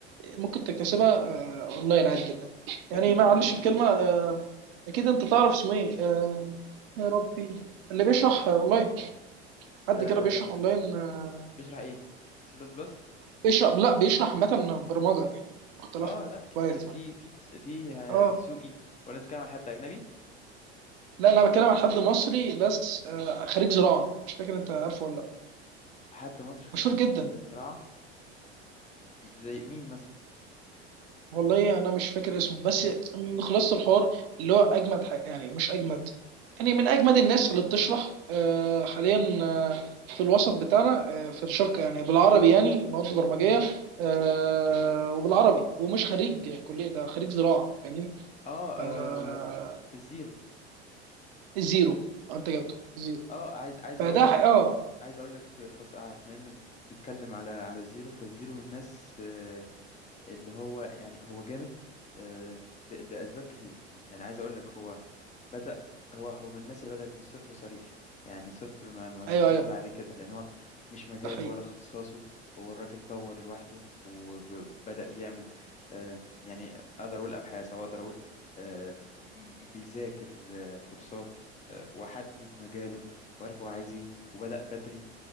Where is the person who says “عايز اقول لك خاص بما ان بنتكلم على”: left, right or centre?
Left